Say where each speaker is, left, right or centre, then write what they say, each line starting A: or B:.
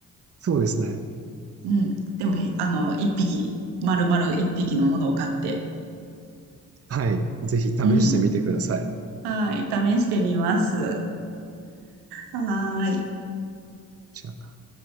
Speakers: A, on the right; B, on the right.
A: そうですね。
B: うん。でも、あの、一匹、丸々一匹のものを買って。
A: はい。ぜひ試してみてください。
B: うん。はい、試してみます。はーい。
A: じゃあ